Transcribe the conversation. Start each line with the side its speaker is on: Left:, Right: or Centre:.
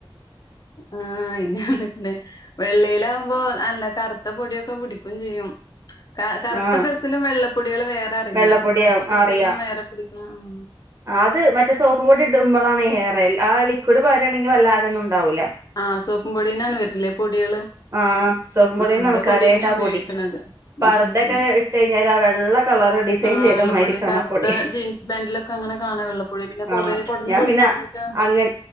Left: ആ ഇന്ന വെള്ളയിലാ മ്പോൾ നല്ല കറുത്ത പൊടിയൊക്കെ പിടിക്കും ചെയ്യും കറുത്ത
Right: ആഹ്
Left: ഡ്രസ്സിലും വെള്ളപ്പൊടികൾ വേറെ അറിയാം
Right: വെള്ളപ്പൊടിയാവും
Left: കറുത്ത ഡ്രസ്സുകളിലും
Right: അറിയാ
Left: വേറെ പിടിക്കും ഉം
Right: അത് മറ്റേ സോപ്പ് പൊടി ഇടുമ്പോഴാണ് ഹയറയൽ കൂടെ പോരായാണെങ്കിൽ വല്ലാതൊന്നും ഉണ്ടാവൂല്ല
Left: ആഹ സോപ്പും പൊടീന്നാണ് വരല്ലേ പൊടികള്
Right: ആഹ സൊപ്പ് പൊടിൽ
Left: ആഹ് അവിടെ
Right: കാര്യയിട്ട
Left: പൊടിയന്നെ
Right: ആ
Left: ഉപയോഗിക്കണത്
Right: പൊടി പർദ്ദെക്കെ
Left: ആഹ് ശരി
Right: ഇട്ട് കഴിഞ്ഞാൽ ആ വെള്ള കളളറ് ഡിസൈൻ
Left: ആഹ്
Right: ചെയ്തമായിരിക്കാണാപ്പൊടി
Left: വെള്ളപ്പൊടി കറുത്ത ജീൻസ് പാന്റിലൊക്കെ അങ്ങനെ കാണാം വെള്ളപ്പൊടി പിന്നെ കൊറേ
Right: ആഹ
Left: കൊടഞ്ഞ്
Right: ഞാൻ
Left: കൊടഞ്ഞ്
Right: പിന്നെ
Left: കൊടഞ്ഞിട്ട്
Right: അങ്ങ്